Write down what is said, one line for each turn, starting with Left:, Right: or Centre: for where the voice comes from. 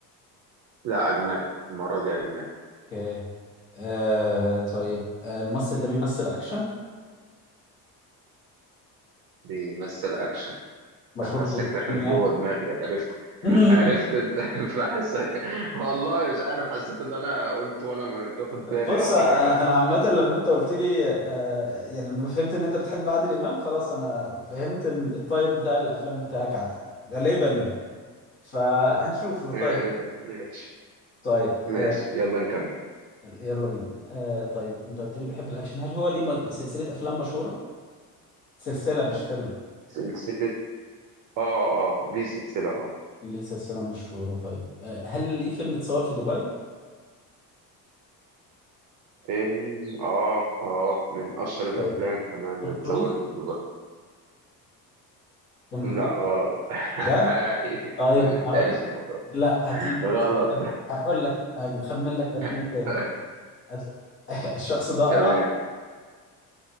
Right: لا اجنبي المره دي اجنبي
Left: اوكي آه طيب آه الممثل ده بيمثل اكشن
Right: بيمثل اكشن
Left: مشهور
Right: حاسك
Left: جدا
Right: داخل جوه
Left: يعني
Right: دماغي عرفت
Left: <laughs>
Right: عرفت انت <laughs> بحسك والله مش عارف حسيت ان انا قلت وانا مش واخد بالي
Left: بص
Right: او حاجه
Left: انا انا عامه لما انت قلت لي آه، يعني لما فهمت ان انت بتحب عادل امام خلاص انا فهمت ان الطيب بتاع الافلام بتاعك ع- غالبا يعني فهنشوفه طيب
Right: غالبا ماشي
Left: طيب
Right: ماشي
Left: آه،
Right: يلا نكمل
Left: يلا بينا آه، طيب انت قلت لي بيحب الاكشن هل هو ليه م- سلسله افلام مشهوره سلسله مش فيلم
Right: سلسله اه اه ليه سلسله اه
Left: ليه سلسله مشهوره طيب آه، هل ليه فيلم اتصور في دبي
Right: فيلم اه اه من اشهر الافلام
Left: توم
Right: كمان اللي اتصورت
Left: كروز
Right: في دبي
Left: توم كروز
Right: لا غلط <laughs>
Left: بجد طيب
Right: ما جبتهاش
Left: هقول
Right: المره
Left: لا هتيجي
Right: غلط
Left: استنى، هقول لك هخمن لك تخمين
Right: <laughs>
Left: تاني هتل- <laughs> الشخص ده اقرع
Right: تمام